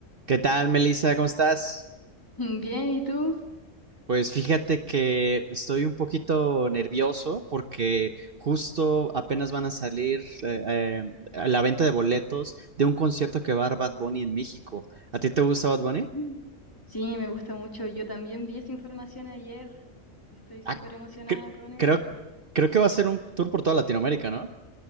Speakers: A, on the right; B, on the left.
A: ¿Qué tal, Melissa? ¿Cómo estás?
B: <laughs> Bien, ¿y tú?
A: Pues fíjate que estoy un poquito nervioso porque justo apenas van a salir eh, eh, a la venta de boletos de un concierto que va a dar Bad Bunny en México. ¿A ti te gusta Bad Bunny?
B: Mm. Sí, me gusta mucho. Yo también vi esa información ayer. Estoy súper
A: Ah,
B: emocionada
A: cre-
B: con eso.
A: creo, creo que va a ser un tour por toda Latinoamérica, ¿no?